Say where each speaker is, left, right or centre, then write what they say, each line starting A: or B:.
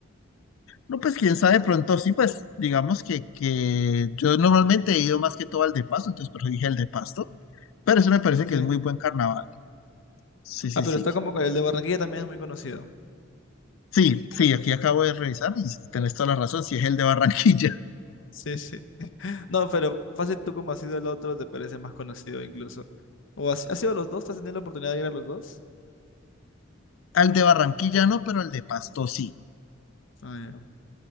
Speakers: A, on the left; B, on the left.
A: No, pues quién sabe, pronto sí, pues digamos que, que yo normalmente he ido más que todo al de Pasto, entonces por eso dije el de Pasto, pero eso me parece
B: No sé.
A: que es muy buen carnaval. Sí, sí,
B: Ah, pero
A: sí.
B: está como que el de Barranquilla también es muy conocido.
A: Sí, sí, aquí acabo de revisar y tenés toda la razón, si es el de Barranquilla. <laughs>
B: Sí, sí. <laughs> No, pero fácil tú como has sido el otro, te parece más conocido incluso. ¿O has, has sido los dos? ¿Te has tenido la oportunidad de ir a los dos?
A: Al de Barranquilla no, pero el de Pasto sí.
B: Ah, ya.